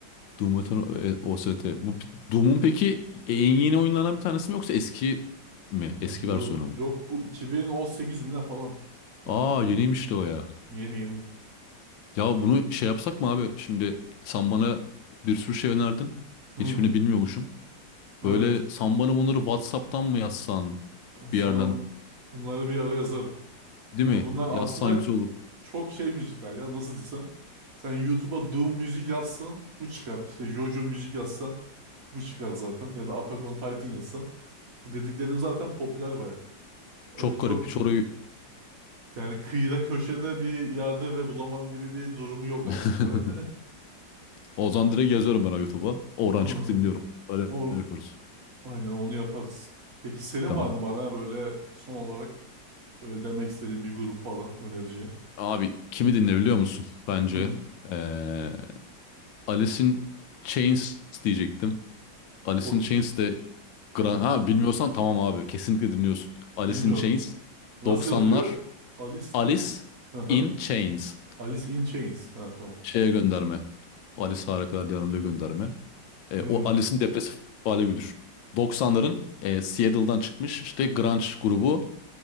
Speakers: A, on the left (about 90°); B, on the right (about 50°).
A: Doom Eternal e, OST. Bu Doom'un peki en yeni oyunlarından bir tanesi mi yoksa eski mi?
B: Hmm,
A: Eski versiyonu
B: Yok
A: mu?
B: yok bu 2018 mi ne falan. Yani
A: Aa yeniymiş de o ya.
B: yeni yeni.
A: Ya
B: Bu...
A: bunu şey yapsak mı abi? Şimdi sen bana bir sürü şey önerdin.
B: Hı,
A: Hiçbirini bilmiyormuşum.
B: evet.
A: Böyle sen bana bunları WhatsApp'tan mı yazsan
B: Ben sana
A: bir yerden
B: bunları bir ara yazarım.
A: değil
B: Ya
A: mi?
B: bunlar
A: Yazsan
B: aslında
A: güzel olur.
B: çok şey müzikler ya nasıl desem. Sen YouTube'a Doom müzik yazsan bu çıkar. İşte JoJo müzik yazsan bu çıkar zaten. Ya da Attack on Titan yazsan. Bu dediklerim zaten popüler baya. Öyle
A: Çok
B: çok
A: garip hiç orayı.
B: yani kıyıda köşede bir yerde ve bulamam gibi bir durumu yok
A: <laughs>
B: aslında.
A: O zaman direkt yazıyorum ben YouTube'a.
B: <laughs>
A: Oradan
B: Aa,
A: çıkıp dinliyorum. Öyle
B: O,
A: yapıyoruz.
B: Aynen onu yaparız. Peki senin
A: Tamam.
B: var mı bana böyle son olarak böyle demek istediğin bir grup falan önereceğin?
A: Abi kimi dinleyebiliyor musun? Bence
B: Hı,
A: ee, Alice in Chains diyecektim. Alice
B: okey.
A: in Chains de Gran...
B: Hı,
A: Ha bilmiyorsan tamam abi kesinlikle dinliyorsun. Alice
B: bilmiyorum.
A: in Chains
B: Nasıl
A: 90'lar
B: yazıyor? Alice
A: Alice
B: ne? Aha.
A: in Chains
B: Alice in Chains. Ha tamam.
A: şeye gönderme. Alice Harikalar Diyarında gönderme. E,
B: Hı,
A: o Alice'in depresif hali gibi düşün. 90'ların e, Seattle'dan çıkmış işte grunge grubu.